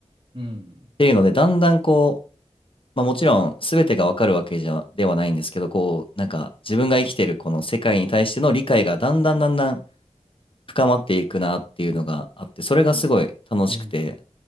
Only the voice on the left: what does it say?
ていうので、だんだんこう、まあ、もちろん全てがわかるわけじゃではないんですけどこうなんか自分が生きてるこの世界に対しての理解がだんだんだんだん深まっていくなっていうのがあってそれがすごい楽しくて